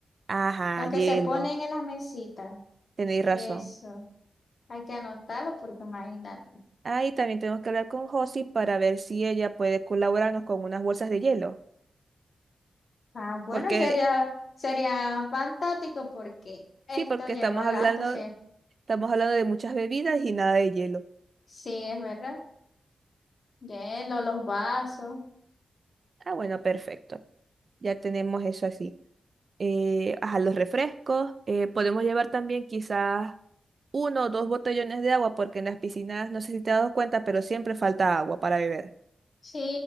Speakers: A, on the right; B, on the left.
A: Ajá,
B: los
A: hielo.
B: que se ponen en las mesitas.
A: Tenéis razón.
B: Eso, hay que anotarlo porque imagínate.
A: Ahí también tenemos que hablar con Josie para ver si ella puede colaborarnos con unas bolsas de hielo.
B: Ah, bueno,
A: Porque,
B: sería, sería fantástico porque esto
A: sí, porque
B: lleva
A: estamos hablando,
B: gasto, sí.
A: estamos hablando de muchas bebidas y nada de hielo.
B: Sí, es verdad. Hielo, los vasos.
A: Ah, bueno, perfecto. Ya tenemos eso así. eh, ajá, los refrescos. eh, podemos llevar también quizás uno o dos botellones de agua, porque en las piscinas, no sé si te has dado cuenta, pero siempre falta agua para beber.
B: Sí,